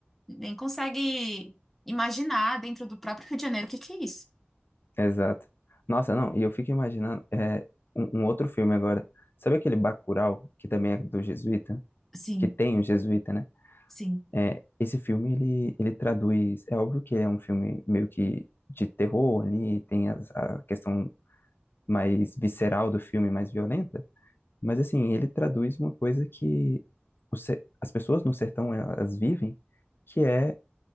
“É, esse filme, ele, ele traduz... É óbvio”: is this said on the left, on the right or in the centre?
Left